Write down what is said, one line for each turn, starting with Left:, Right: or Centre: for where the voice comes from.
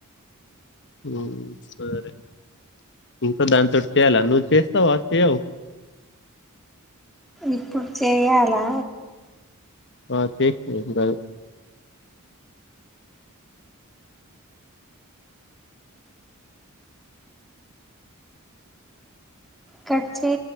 Left: హు సరే ఇకా దాని చోటి చేయాలా నువ్వు చేస్తావ అ చెయ్యవు
Centre: ఇప్పుడు చేయాలా
Left: ఆ చై <unintelligible>
Centre: కట్చే